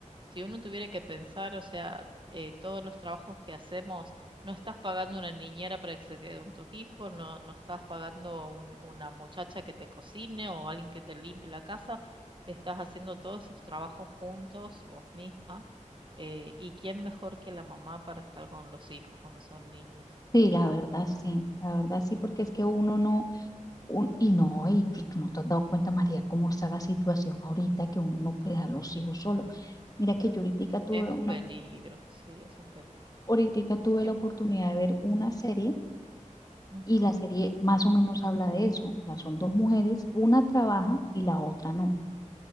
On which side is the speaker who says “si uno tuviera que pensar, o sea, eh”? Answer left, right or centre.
Right